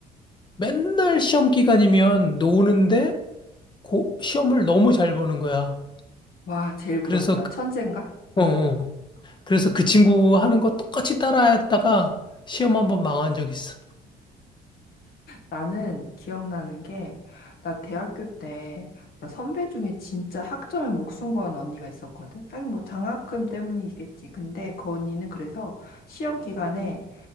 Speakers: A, on the left; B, on the left.
A: 맨날 시험 기간이면 노는데 고, 시험을 너무 잘 보는 거야.
B: 와, 제일 부럽다.
A: 그래서, 그-
B: 천재인가?
A: 어,
B: 응.
A: 어. 그래서 그 친구 하는 거 똑같이 따라했다가 시험 한번 망한 적 있어.
B: 나는 기억나는 게, 나 대학교 때, 나 선배 중에 진짜 학점에 목숨 건 언니가 있었거든? 하긴 뭐 장학금 때문이겠지. 근데 그 언니는 그래서 시험 기간에